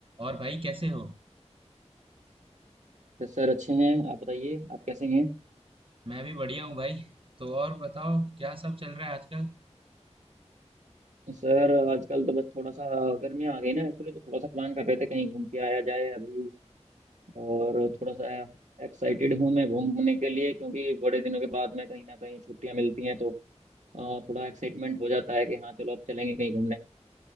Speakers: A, on the right; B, on the right.
A: और भाई कैसे हो
B: बस सर अच्छे हैं आप बताइए आप कैसे हैं
A: मैं भी बढ़िया हूँ भाई तो और बताओ क्या सब चल रहा है आजकल
B: सर आजकल तो बस थोड़ा सा गर्मियाँ आ गई ना एक्चुअली तो थोड़ा सा प्लान कर रहे थे कहीं घूम के आया जाए अभी और थोड़ा सा एक्साइटेड हूँ मैं घूमने के लिए क्योंकि बड़े दिनों के बाद में कहीं ना कहीं छुट्टियाँ मिलती हैं तो अ, थोड़ा एक्साइटमेंट हो जाता है कि हाँ चलो अब चलेंगे कहीं घूमने